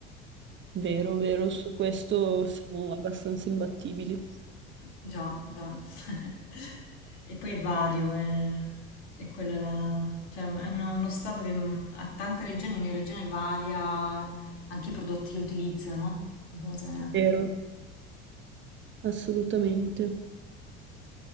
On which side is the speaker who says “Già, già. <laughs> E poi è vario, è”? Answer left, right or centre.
Left